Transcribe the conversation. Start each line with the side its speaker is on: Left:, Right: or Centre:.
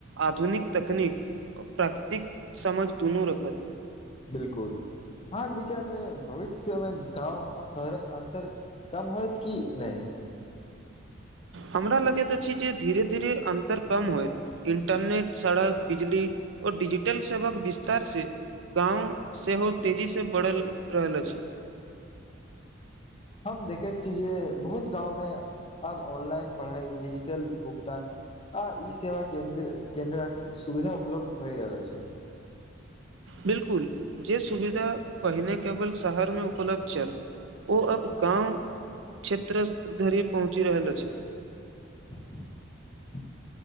Right: आधुनिक तकनीक व प्राकृतिक समझ दुनू रखत
Left: बिलकुल, अहाँक विचारमे भविष्यमे गाँव आ शहरक अन्तर कम होयत कि नहि?
Right: हमरा लगैत अछि जे धीरे-धीरे अन्तर कम होइत इंटरनेट, सड़क, बिजली आ डिजिटल सेवाक विस्तार से गाँंव सेहो तेजी से बढ़ल रहल अछि
Left: हम देखै छीये जे बहुत गाँंव मे अब ऑनलाइन पढ़ाई डिजिटल भुगतान आ ई सेवा के केन्द्रक सुविधा उपलब्ध भए रहल अछि
Right: बिल्कुल जे सुविधा पहिने केवल शहर में उपलब्ध छल ओ अब गाँव क्षेत्रस धरि पहुँचि रहल अछि
Left: <unintelligible> <unintelligible>